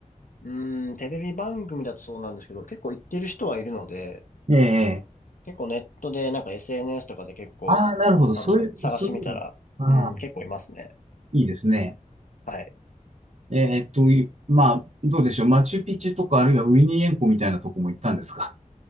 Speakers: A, on the left; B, on the right.
A: うーん、テレビ番組だとそうなんですけど、結構行ってる人はいるので、
B: ええ
A: 結構ネットで、なんか SNS とかで結構、
B: ああー、なるほど。そういう、
A: あの、探してみたら、
B: そういうの、ああ、
A: うん、結構いますね。
B: いいですね。
A: はい。
B: えーっと、いまあ、どうでしょう。マチュピチュとか、あるいはウィニーエンコみたいなとこも行ったんですか。